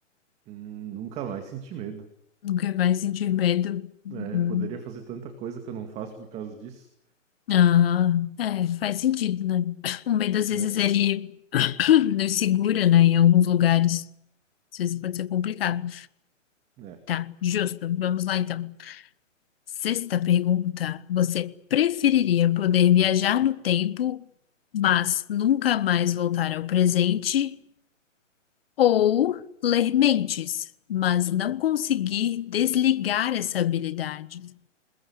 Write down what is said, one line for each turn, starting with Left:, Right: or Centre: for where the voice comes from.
Right: Hum, nunca mais senti medo.
Left: Nunca mais sentir medo?
Right: É,
Left: Uhum.
Right: poderia fazer tanta coisa que eu não faço por causa disso,
Left: Ah, é, faz sentido, né? O medo às
Right: né?
Left: vezes ele <clears throat> nos segura, né, em alguns lugares. Às vezes pode ser complicado.
Right: É.
Left: Tá, justo. Vamos lá então. Sexta pergunta: Você preferiria poder viajar no tempo, mas nunca mais voltar ao presente? Ou ler mentes, mas não conseguir desligar essa habilidade?